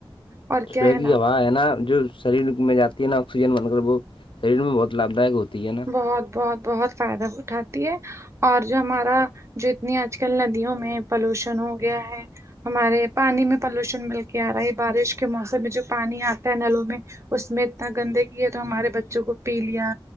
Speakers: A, on the right; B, on the left.
A: اور
B: صبح
A: کیا ہے
B: کی
A: نا
B: ہوا ہے نا جو شریر میں جاتی ہے نا آکسیجن بن کر وہ شریر میں بہت لابھ دائک ہوتی ہے نا
A: بہت بہت بہت فائدہ اٹھاتی ہے اور جو ہمارا جو نی آج کل ندیوں میں پلوشن ہو گیا ہے ہمارے پانی میں پالوشن مل کے آ رہا ہے بارش کے موسم میں جو پانی آتا ہے نلوں میں اس میں اتنا گندگی ہے تو ہمارے بچوں کو پی لیا